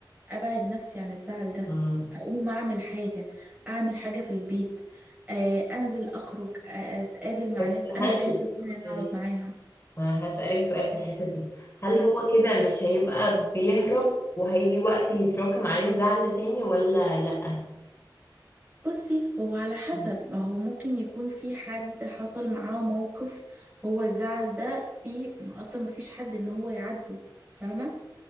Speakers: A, on the right; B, on the left.
A: ابعد نفسي عن الزعل ده
B: مم.
A: اقوم اعمل حاجه اعمل حاجه في البيت آه انزل اخرج آه اتقابل مع
B: بس
A: ناس انا
B: هل
A: بحب فعلا ان أنا
B: إيه،
A: اقعد معاها
B: ما هسألك سؤال في الحتة دي هل
A: ماشي
B: هو كده مش هيبقى بيهرب وهيجي وقت يتراكم عليه الزعل ده تاني ولا لأ
A: بصي هو على حسب
B: مم.
A: ما هو ممكن يكون في حد حصل معاه موقف هو الزعل ده في اصلا ما فيش حد ان هو يعاتبه فاهمه